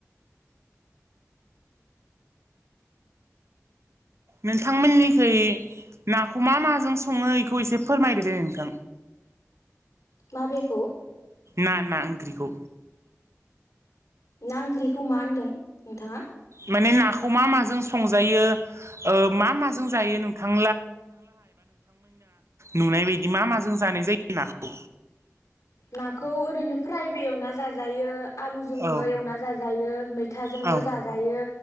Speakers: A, on the right; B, on the left.
A: नोंथांमोननिखै नाखौ मा माजों सङो इखौ एसे फोरमायदो दे नोंथां
B: माबेखौ?
A: ना ना ओंख्रिखौ
B: ना ओंख्रिखौ मा होनदों नोंथाङा?
A: माने नाखौ मा माजों संजायो मा माजों जायो नोंथां जनाय जायो नाखौ
B: नाखौ ओरैनो फ्रायबो एवना जाजायो आलुजोंबो
A: औ
B: एवना जाजायो मै फिथाजोंबो
A: औ
B: जाजायो